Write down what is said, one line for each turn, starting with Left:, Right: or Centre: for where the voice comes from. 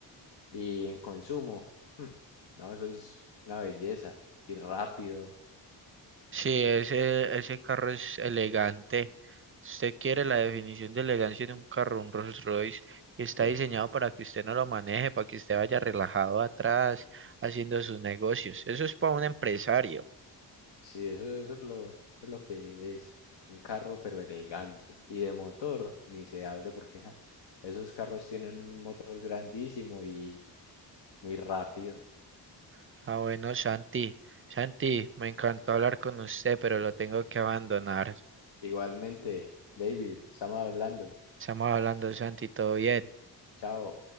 Left: Y en consumo, hmm, no, eso es una belleza. Y rápido.
Right: Si ese, ese carro es elegante, si usted quiere la definición de elegancia de un carro, un Rolls Royce, y está
Left: Sí,
Right: diseñado para que usted no lo maneje, para que usted vaya relajado atrás haciendo sus negocios. Eso es para un empresario.
Left: sí, eso, eso es lo, eso es lo que es. Un carro, pero elegante. Y de motor, ni se hable porque ja, esos carros tienen un motor grandísimo y muy rápido.
Right: Ah, bueno, Santi. Santi, me encantó hablar con usted, pero lo tengo que abandonar.
Left: Igualmente, David, estamos hablando.
Right: Estamos hablando, Santi, todo bien.
Left: Chao.